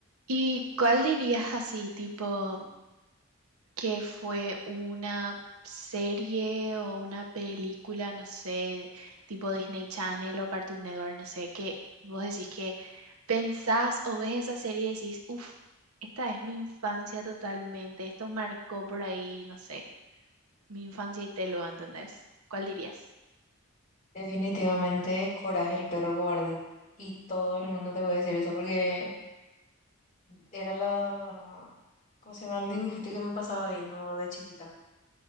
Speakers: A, on the right; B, on the left.
A: ¿Y cuál dirías así, tipo, que fue una serie o una película, no sé, de- tipo Disney Channel o Cartoon Network, no sé, que vos decís que pensás o ves esa serie y decís, uff, esta es mi infancia totalmente, esto marcó por ahí, no sé, mi infancia y te lo ¿entendés? ¿Cuál dirías?
B: Definitivamente, Coraje, el perro cobarde. Y todo el mundo te puede decir eso porque era la, ¿cómo se llama? El dibujito que me pasaba viendo de chiquita.